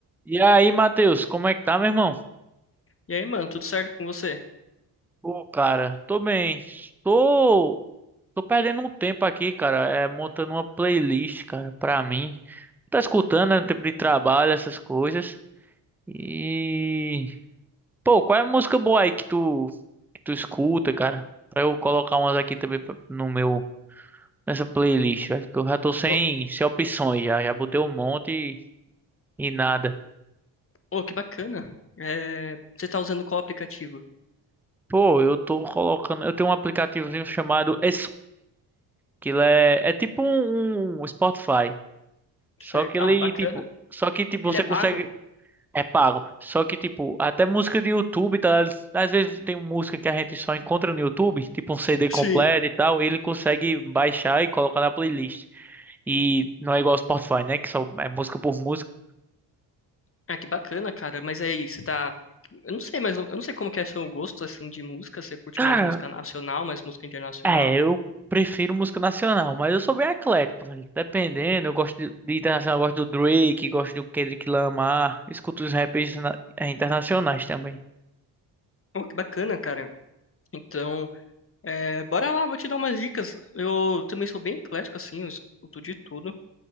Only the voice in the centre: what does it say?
E aí, Matheus, como é que tá, meu irmão?
Pô, cara, tô bem. Tô, tô perdendo um tempo aqui, cara, é, montando uma playlist, cara, pra mim. Tá escutando, né, no tempo de trabalho, essas coisas. E, pô, qual é a música boa aí que tu, que tu escuta, cara? Pra eu colocar umas aqui também pra- no meu, nessa playlist, velho, que eu já tô sem,
sem opções já, já botei um monte e, e nada.
Pô, eu tô colocando, eu tenho um aplicativozinho chamado e Aquilo é, é tipo um, um Spotify. Só
que
ele,
tipo. Só que, tipo,
você
consegue. É pago. Só que, tipo, até música de YouTube, tá? Às vezes tem música que a gente só encontra no YouTube, tipo um CD completo
e tal. Ele consegue baixar e colocar na playlist. E não é igual ao Spotify, né? Que só é música por música.
Cara,
É, eu prefiro música nacional, mas eu sou bem eclético, velho. Dependendo, eu gosto de, de internacional, eu gosto do Drake, gosto do Kendrick Lamar, escuto os rappers na- eh, internacionais também.